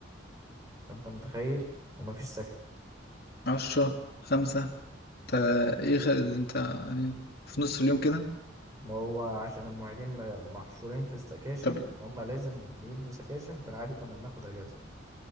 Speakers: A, on the right; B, on the left.
A: فأنت متخيل ومفيش سكن
B: عشرة خمسة انت ايه خ... انت يعني في نص اليوم كده
A: ما هو عشان المعيدين م- محشورين في السكاشن
B: طب
A: هما لازم يدوا سكاشن في العادي كنا بناخد أجازة